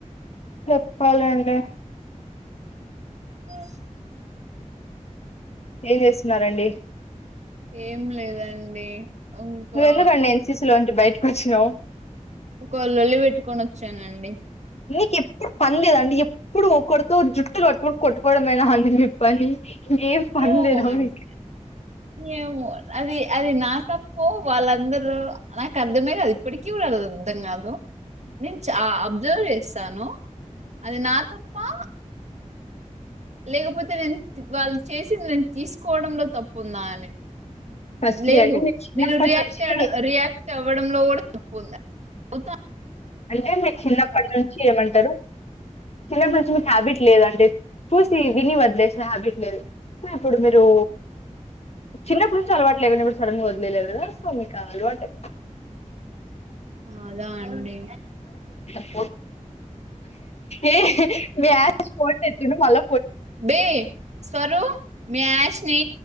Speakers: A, on the left (about 55°); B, on the right (about 60°).
A: చెప్పాలండి
B: హ్మ్
A: ఏం చేస్తున్నారండి
B: ఏం లేదండి ఇంకా
A: నువ్వెందుకండి ఎన్సిసి లోంచి
B: ప్చ్
A: బయటకు వచ్చినావు
B: ఒక లొల్లివెట్టుకొనోచ్ చానండి
A: నీకు ఎప్పుడు పన్ లేదండి ఎప్పుడు ఒకరుతో జుట్ జుట్టు పట్టుకొని కొట్టుకోవడమేనా అండి మీపని ఏం పన్లేదా
B: ఏమో అండి.
A: మీకి
B: ఏమో అది అది నా తప్పో వాళ్ళందరూ నాకర్థమే కాదు ఇప్పటికీ కూడ అది అర్ధం గాదు నేను చా అబ్జర్వ్ చేస్తాను అది నా తప్పా లేకపోతే నేను వాళ్ళు చేసింది నేను తీసుకోడంలో తప్పుందా అని
A: ఫస్ట్లీ
B: లేదు
A: అండి మీరు చిన్నప్పటి
B: నేను రియాక్టెడ్
A: నుంచి
B: రియాక్ట్ అవ్వడంలో కూడ తప్పుందా <unintelligible>
A: ఆయన మీకు చిన్నప్పటి నుంచి ఏమంటారు చిన్నప్పటి నుంచి మీకు హ్యాబిట్ లేదండి చూసి విని వదిలేసిన హ్యాబిట్ లేదు ఇప్పుడు మీరు చిన్నప్పటి నుంచి అలవాటు లేకుండే ఇప్పుడు సడన్గా వదిలేయలేడు సో మిక్ అది అలవాటు
B: ఆ అదాండి
A: ఏ ఏ మీ యాష్నిను ఫోన్ చేస్తుండు మళ్ల
B: బే స్వరూ మీ యాష్ని